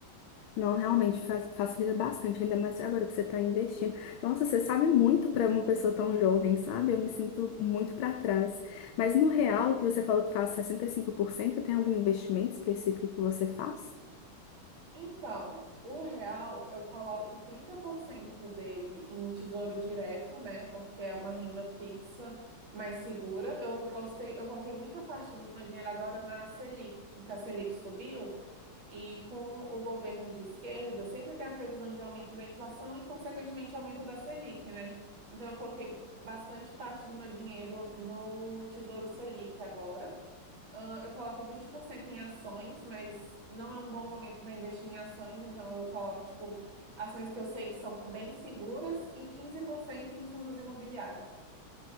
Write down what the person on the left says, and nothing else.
Não, realmente fa- facilita bastante, ainda mais agora que você está investindo. Nossa, você sabe muito para uma pessoa tão jovem, sabe? Eu me sinto muito para trás. Mas no real, que você falou que faz 65%, tem algum investimento específico que você faz?